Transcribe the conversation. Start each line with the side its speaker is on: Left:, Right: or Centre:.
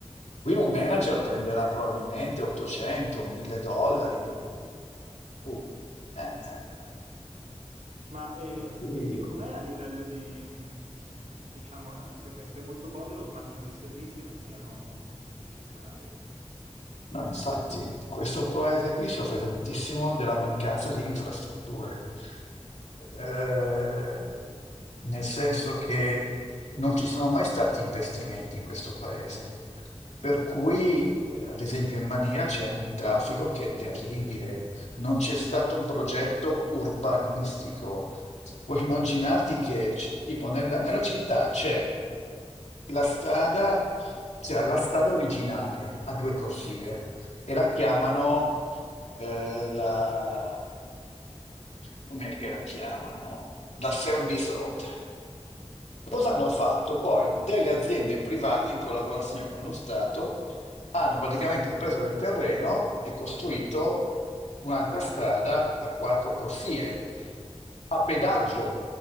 Left: Qui un manager prenderà probabilmente 800, 1000 dollari. Uh, eh, eh, eh. eh.
Right: Ma e,
Left: Per cui...
Right: e- e com'è a livello di, mh, diciamo, eh, perché se è molto povero immagino che i servizi non siano eccezionali.
Left: No, infatti, questo paese qui soffre tantissimo della mancanza di infrastrutture, Eh, nel senso che non ci sono mai stati investimenti in questo paese, per cui, eh, ad esempio, in Mania c'è un traffico che è terribile, non c'è stato un progetto urbanistico Puoi immaginarti che, ci- tipo, nella, nella città c'è la strada, c'era la strada originale a due corsie e la chiamano eh, la... com'è che la chiamano? La service road. Cosa hanno fatto? Poi delle aziende private in collaborazione con lo Stato hanno praticamente preso del terreno e costruito un'altra strada a quattro corsie a pedaggio